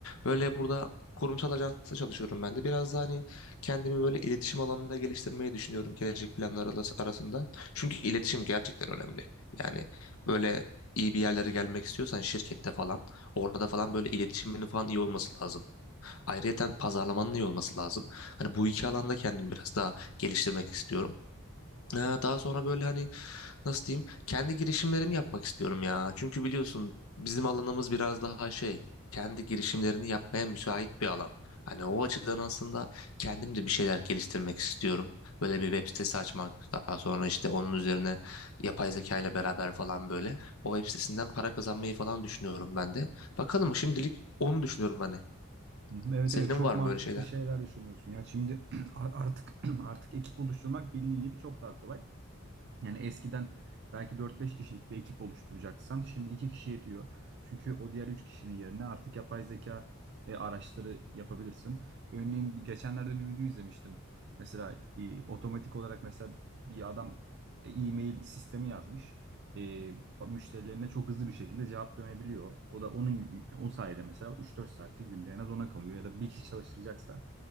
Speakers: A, on the left; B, on the right.
A: Böyle burada kurumsal ajansta çalışıyorum ben de. Biraz da hani kendimi böyle iletişim alanında geliştirmeyi düşünüyorum gelecek planlar alas- arasında. Çünkü iletişim gerçekten önemli. Yani böyle iyi bir yerlere gelmek istiyorsan şirkette falan orada falan böyle iletişiminin falan iyi olması lazım. Ayrıyeten pazarlamanın iyi olması lazım. Hani bu iki alanda kendimi biraz daha geliştirmek istiyorum. Ee, Daha sonra böyle hani nasıl diyeyim kendi girişimlerimi yapmak istiyorum ya. Çünkü biliyorsun bizim alanımız biraz daha şey kendi girişimlerini yapmaya müsait bir alan. Hani o açıdan aslında kendim de bir şeyler geliştirmek istiyorum. Böyle bir web sitesi açmak daha sonra işte onun üzerine yapay zeka ile beraber falan böyle o web sitesinden para kazanmayı falan düşünüyorum ben de. Bakalım şimdilik onu düşünüyorum hani.
B: Hı hı, Evet
A: Senin
B: evet çok
A: var
B: mantıklı
A: mı böyle şeyler?
B: şeyler düşünüyorsun. Ya şimdi <clears throat> artık <clears throat> artık ekip oluşturmak bildiğin gibi çok daha kolay. Yani eskiden belki dört beş kişilik bir ekip oluşturacaksan şimdi 2 kişi yetiyor. Çünkü o diğer 3 kişinin yerine artık yapay zeka e, araçları yapabilirsin. Örneğin bir- geçenlerde bir video izlemiştim. Mesela e, otomatik olarak mesela bir adam e, e-mail sistemi yazmış. E, ba- müşterilerine çok hızlı bir şekilde cevap dönebiliyor. O da onun o sayede mesela üç dört saati günde en az ona kalıyor ya da bir kişi çalıştıracaksa